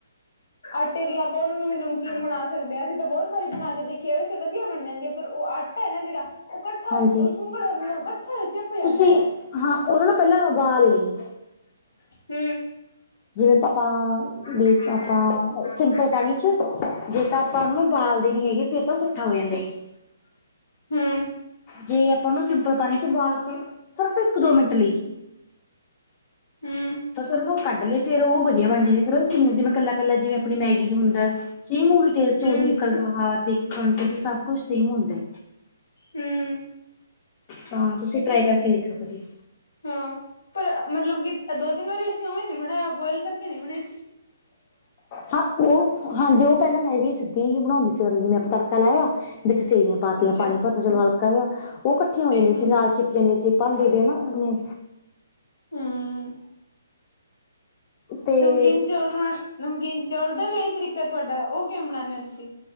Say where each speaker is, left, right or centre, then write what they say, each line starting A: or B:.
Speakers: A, on the left; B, on the left.
A: ਆਟੇ ਦੀਆਂ ਆਪਾਂ ਉਨਾਂ ਨੂੰ ਵੀ ਨਮਕੀਨ ਬਣਾ ਸਕਦੇ ਆ ਅਸੀਂ ਤਾਂ ਬੋਤ ਵਾਰੀ ਬਣਾ ਕੇ ਦੇਖਿਆ ਵੈਸੇ ਵਧੀਆ ਬਣ ਜਾਂਦੀ ਐ ਪਰ ਓ ਆਟਾ ਏ ਨਾ ਜੇੜਾ ਓ ਕੱਠਾ
B: ਹਾਂਜੀ
A: ਸੁੰਗਲ ਮਤਲਬ ਕੱਠਾ ਚਿੱਪ ਜਾਂਦਾ
B: ਤੁਸੀਂ
A: ਐਵੇਂ।
B: ਹਾਂ ਉਹਨਾਂ ਨੂੰ ਪਹਿਲਾਂ ਉਬਾਲ ਲਈ
A: ਹੂੰ।
B: ਜਿਵੇਂ ਪਾ ਪਾਂ
A: ਹੂੰ ਹੂੰ
B: ਵੀ 'ਚ ਆਪਾਂ ਸਿੰਪਲ ਪਾਣੀ 'ਚ ਜੇ ਤਾਂ ਆਪਾਂ ਉਨੂੰ ਨਾ ਬਾਲ ਦੇ ਨੀ ਹੈਗੇ ਫੇਰ ਤਾਂ ਓ ਕੱਠਾ ਹੋ ਜਾਂਦਾ ਜੀ।
A: ਹੂੰ।
B: ਜੇ ਆਪਾਂ ਉਨੂੰ ਸਿੰਪਲ ਪਾਣੀ 'ਚ ਬਾਲ ਕੇ ਸਿਰਫ਼ ਇੱਕ-ਦੋ ਮਿੰਟ ਲਈ
A: ਹੂੰ
B: ਤਾਂ ਫਿਰ ਉਨੂੰ ਕੱਢ ਲੇ ਫੇਰ ਓ ਵਧੀਆਂ ਬਣ ਜੁਗੀ ਫੇਰ ਓ ਸਿਮ ਜਿਵੇਂ ਕੱਲਾ-ਕੱਲਾ ਜਿਵੇਂ ਆਪਣੀ ਮੈਗੀ 'ਚ ਹੁੰਦਾ ਸੇਮ ਉਹੀ ਟੇਸਟ
A: ਹੂੰ
B: ਉਹੀ ਕਲ ਆਹ ਦੇਖਣ ਚ ਵੀ ਸਭ ਕੁਛ ਸੇਮ ਹੁੰਦੈਂ।
A: ਹੂੰ
B: ਤਾਂ, ਤੁਸੀਂ ਟਰਾਈ ਕਰਕੇ ਦੇਖਿਓ ਕਦੀ
A: ਹਾਂ, ਪਰ ਮਤਲਬ ਕਿ ਦੋ ਤਿੰਨ ਵਾਰੀ, ਅਸੀਂ ਉਵੇਂ ਨੀ ਬਣਾਇਆਂ। ਬੋਇਲ ਕਰਕੇ ਨ੍ਹੀਂ ਬਣੇ
B: ਹਾਂ ਓ <unintelligible> ਹਾਂਜੀ, ਉਹ ਮੈਂ ਵੀ ਪਹਿਲਾਂ ਸਿੱਧੇ ਹੀ ਬਣਾਉਂਦੀ ਸੀ, ਜਿਵੇਂ ਆਪਾਂ ਤੜਕਾ ਲਾਇਆਂ ਵਿੱਚ ਸੇਵੀਆਂ ਪਾਤੀਆਂ।
A: ਅੱਛਾ
B: ਪਾਣੀ ਪੌਤ ਚਲੋ ਹਲਕਾ ਜਾ ਉਹ ਇਕੱਠੀਆਂ ਹੋ ਜਾਂਦੀਆਂ
A: ਹੂੰ
B: ਸੀ, ਨਾਲ਼ ਚਿਪ ਜਾਂਦੀਆਂ ਸੀ, ਉਨਾਂ ਭਾਂਡੇ ਦੇ ਨਾ ਜਿਵੇਂ
A: ਹੂੰ
B: ਤੇ
A: ਨਮਕੀਨ ਚੋਲ ਨਾਲ। ਨਮਕੀਨ ਚੌਲ ਦਾ ਵੀ ਇਹੀ ਤਰੀਕਾ ਤੁਹਾਡਾ, ਉਹ ਕਿਵੇ ਬਣਾਣੇ ਓ ਤੁਸੀਂ